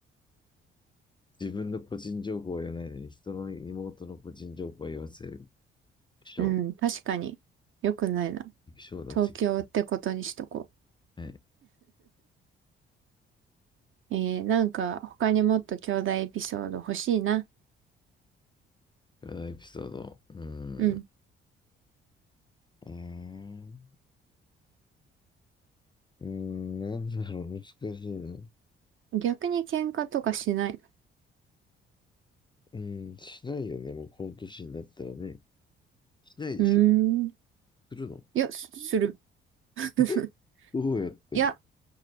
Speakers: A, on the left (about 15°); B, on the right (about 45°).
A: 自分の個人情報は言わないのに、人の妹の個人情報は言わせる。気象。
B: うん、確かに。よくないな。
A: 気象だ、
B: 東京ってことにしとこ
A: 気象。はい。
B: う。えー、なんか他にもっと兄弟エピソード欲しいな。
A: このエピソード。うーん。
B: うん。
A: うーん。うーん、なんだろう、難しいな。う
B: 逆に喧嘩とかしない
A: ーん、しないよね、もうこの年になったらね。しないでしょ。
B: のうーん。
A: するの
B: いや、すする。<laughs>
A: <laughs> えどうやって、
B: いや、